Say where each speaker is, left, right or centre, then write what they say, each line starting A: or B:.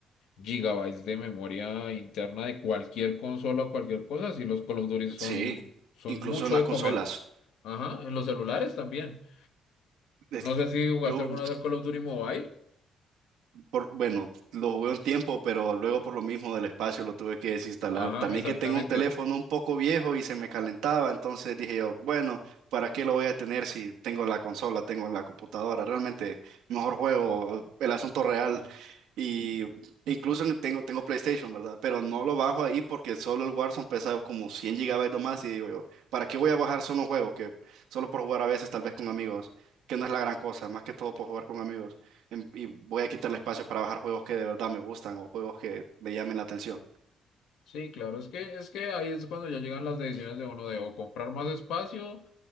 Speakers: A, on the left; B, on the right.
A: gigabytes de memoria interna de cualquier consola o cualquier cosa, sí los Call of Duty son,
B: Sí,
A: son
B: incluso
A: mucho
B: en las
A: de
B: consolas.
A: comer. Ajá, en los celulares también.
B: Es-
A: No sé si jugaste
B: Yo
A: alguna vez al Call of Duty Mobile.
B: por, bueno, lo jugué un tiempo, pero luego por lo mismo del espacio lo tuve que desinstalar.
A: Ajá,
B: También
A: exactamente.
B: que tengo un teléfono un poco viejo y se me calentaba, entonces dije yo, bueno, ¿para qué lo voy a tener si tengo la consola, tengo la computadora? Realmente mejor juego el asunto real. Y incluso tengo, tengo PlayStation, ¿verdad? Pero no lo bajo ahí porque solo el Warzone pesa como 100 gigabytes o más y digo yo, ¿para qué voy a bajar solo un juego que solo por jugar a veces, tal vez con amigos, que no es la gran cosa, más que todo por jugar con amigos? em- y voy a quitarle espacio para bajar juegos que de verdad me gustan o juegos que me llamen la atención.
A: Sí, claro, es que, es que ahí es cuando ya llegan las decisiones de uno de o comprar más espacio